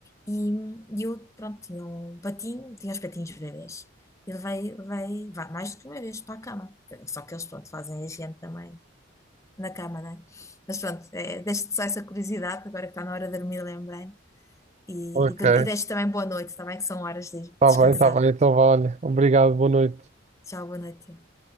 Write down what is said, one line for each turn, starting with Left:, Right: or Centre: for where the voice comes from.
Left: E, e eu, pronto, tinha um patinho, tinha os patinhos bebês. Ele vai, vai, vai mais do que uma vez para a cama. Só que eles, pronto, fazem a gente também. na cama, não é? Mas pronto, é, deixo-te só essa curiosidade, agora que está na hora de dormir, lembrei-me. E,
Right: Ok.
Left: e, pronto, e deixo também boa noite, também que são horas de ir
Right: Está
Left: descansar.
Right: bem, está bem. Então, vá, olha. Obrigado, boa noite.
Left: Tchau, boa noite.